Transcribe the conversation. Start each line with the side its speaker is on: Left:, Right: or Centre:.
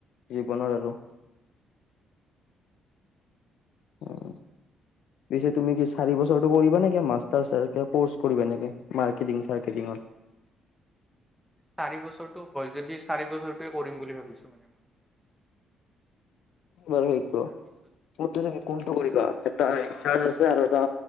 Left: জীৱনত আৰু। উমঁ। পিছে তুমি কি চাৰি বছৰটো কৰিবা নে কি মাষ্টাৰ কৰ্চ কৰিবা এনেকে মাৰ্কেটিং চাৰ্কেটিঙত। <unintelligible>
Centre: চাৰি বছৰটো হয় যদি চাৰি বছৰটোৱে কৰিম বুলি ভাবিছো মানে মই।
Left: বাৰু সেইটো।
Centre: তাৰপিছত
Left: <unintelligible> কোনটো কৰিবা
Centre: তাৰ
Left: এটা <unintelligible> আৰু এটা